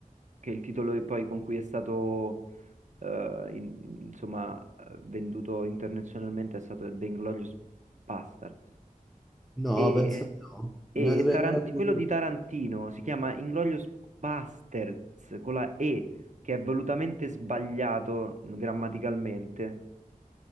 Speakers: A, on the right (about 55°); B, in the centre.
A: che il titolo e poi con cui è stato eh, in- insomma eh, venduto internazionalmente è stato The Inglourious Basterds.
B: No,
A: E,
B: penso di no.
A: e
B: Me la dovrei
A: Taranti-
B: andare a rivedere.
A: quello di Tarantino si chiama Inglourious Basterds con la E, che è volutamente sbagliato grammaticalmente.